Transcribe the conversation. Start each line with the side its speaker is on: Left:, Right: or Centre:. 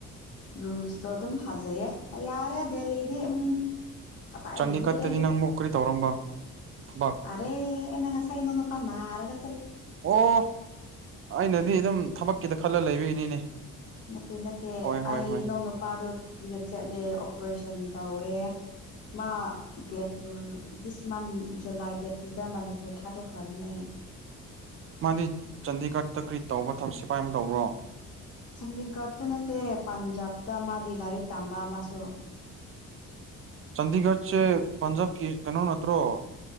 Left: ꯔꯨꯜꯁꯇꯣ ꯑꯗꯨꯝ ꯐꯖꯩꯌꯦ ꯌꯥꯔꯦ ꯗꯦꯜꯂꯤꯗꯤ ꯎꯝ ꯀꯗꯥꯏꯗꯒꯤ
Right: ꯆꯅꯤꯒꯠꯇꯗꯤ ꯅꯪ ꯃꯣꯛꯀꯔꯤ ꯇꯧꯔꯝꯕ ꯊꯕꯛ
Left: ꯑꯔꯦꯟꯅ ꯉꯁꯥꯏꯅꯣꯅ ꯄꯥꯟꯔꯒ
Right: ꯑꯣ ꯑꯩꯅꯗꯤ ꯑꯗꯨꯝ ꯊꯕꯛꯀꯤꯗ ꯈꯜꯂ ꯂꯩꯕꯒꯤꯅꯤꯅꯦ
Left: ꯅꯠꯇꯦ ꯅꯠꯇꯦ
Right: ꯍꯣꯏ ꯍꯣꯏ
Left: ꯑꯩꯅꯧ
Right: ꯍꯣꯏ
Left: ꯅꯨꯄꯥꯗꯣ ꯑꯗꯨꯨꯗ ꯆꯠꯂꯦ ꯑꯣꯄꯔꯦꯁꯟ ꯇꯧꯋꯦ ꯃꯥ ꯗꯦꯠꯇꯨ ꯗꯤꯁ ꯃꯟ ꯖꯨꯂꯥꯏ ꯗꯦꯠꯇꯨꯗ ꯃꯅꯤꯄꯨꯔ ꯊꯥꯗꯣꯛꯈ꯭ꯔꯕꯅꯦ
Right: ꯃꯥꯗꯤ ꯆꯥꯟꯗꯤꯒꯔꯠꯇ ꯀꯔꯤ ꯇꯧꯕ ꯊꯕꯛ ꯁꯤꯐꯥꯏ ꯑꯃ ꯇꯧꯕ꯭ꯔꯣ
Left: ꯆꯥꯟꯗꯤꯒꯔꯠꯇ ꯅꯠꯇꯦ ꯄꯟꯖꯥꯕꯇ ꯃꯥꯗꯤ ꯂꯥꯏꯔꯤꯛ ꯇꯝꯕ ꯃꯥꯁꯨ
Right: ꯆꯟꯗꯤꯒꯔꯠ ꯁꯦ ꯄꯟꯖꯥꯕ ꯀꯤ ꯀꯩꯅ ꯅꯠꯇ꯭ꯔꯣ